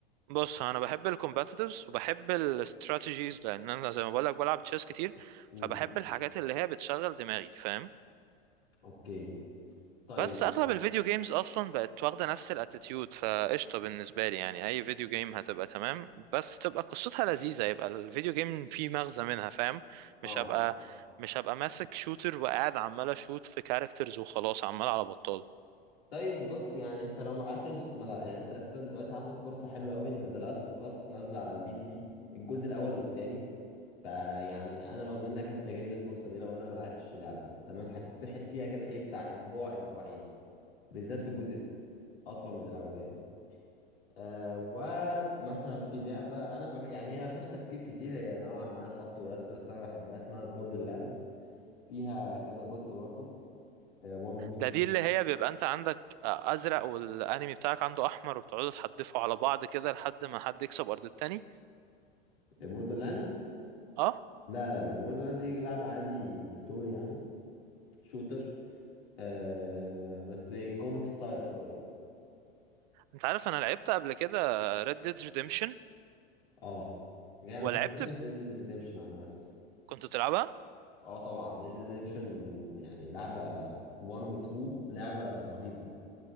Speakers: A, on the right; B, on the left.
A: بص انا بحب الكومباتيتيفز وبحب الاستراتيجيز لان انا زي ما بقول لك بلعب تشيس كتير
B: امم
A: فبحب الحاجات اللي هي بتشغل دماغي فاهم
B: اوكي طيب
A: بس اغلب الفيديو جيمز اصلا بقت واخده نفس الاتيتيود فقشطه بالنسبه لي يعني اي فيديو جيم هتبقى تمام بس تبقى قصتها لذيذه يبقى الفيديو جيم فيه مغزى منها فاهم مش
B: اه
A: هبقى مش هبقى ماسك شوتر وقاعد عمال اشوت في كاركترز وخلاص عمال على بطال
B: طيب بص يعني انت لو ما لعبتش ما لا يعني انت اساسا دلوقتي عندك فرصه حلوه قوي ان ذا لاست اوف اس نازله على البي سي الجزء الاول والتاني فيعني انا لو منك استغل الفرصه دي لو انا ما لعبتش اللعبه تمام هتتسحل فيها كده ايه بتاع اسبوع اسبوعين بالذات في الجزء اطول من الاولاني آه ومثلا في لعبه انا بح... يعني هي ما فيهاش تفكير كتير هي نوعا ما خبط ولزق بس انا بحبها اسمها بوردر لاندز فيها كذا جزء برضو 1 و 2
A: ده دي اللي هي بيبقى انت عندك آه، ازرق والانمي بتاعك عنده احمر وبتقعدوا تحدفوا على بعض كده لحد ما حد يكسب ارض التاني
B: بوردر لاندز
A: اه
B: لا لا لا بوردر لاندز دي لعبه عادي ستوري يعني شوتر آه بس كوميك ستايل شويه
A: انت عارف انا لعبت قبل كده Red Dead Redemption
B: اه جاي انا
A: ولعبت
B: كنت بقول
A: ب...
B: لك ريد ديد ريديمشن عامه
A: كنت بتلعبها
B: اه طبعا ريد ديد ريديمشن ويعني لعبه 1 و 2 لعبه رهيبه